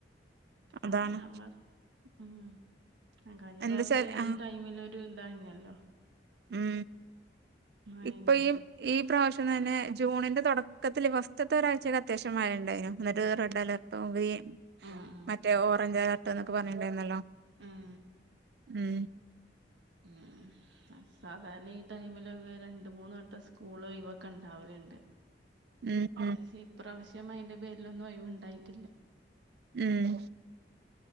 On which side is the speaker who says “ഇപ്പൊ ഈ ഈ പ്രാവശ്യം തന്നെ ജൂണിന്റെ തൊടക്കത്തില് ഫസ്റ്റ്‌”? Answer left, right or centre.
Right